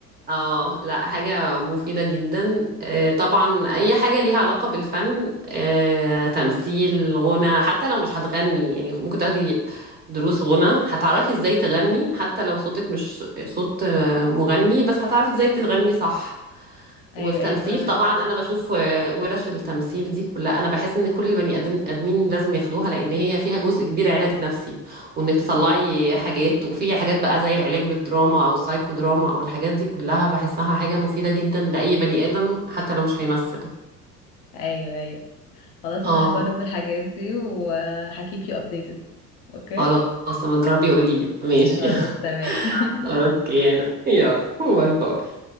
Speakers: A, on the right; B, on the left.
A: اه لا حاجة مفيدة جدا آه، طبعا أي حاجة ليها علاقة بالفن آه، تمثيل غنى حتى لو مش هتغني يعني ممكن تاخدي دروس غنى هتعرفي ازاي تغني حتى لو صوتك مش صوت آه، مغني بس هتعرفي ازاي تغني صح
B: ايوه
A: والتمثيل
B: ايوه فاهمك
A: طبعا انا بشوف آه، ورش التمثيل دي كلها انا بحس ان كل بني آدم- ادمين لازم ياخدوها لان هي فيها جزء كبير علاج نفسي وانك تطلعي حاجات وفي حاجات بقى زي العلاج بالدراما او السايكو دراما او الحاجات دي كلها بحسها حاجة مفيدة جدا لاي بني ادم حتى لو مش هيمثل
B: ايوه ايوه خلاص
A: اه
B: انا هجرب الحاجات دي وهكيب يو ابديتد اوكي
A: خلاص لما تجربي قولي لي ماشي
B: خلاص
A: <laughs>
B: تمام <laughs>
A: اوكي يا باي باي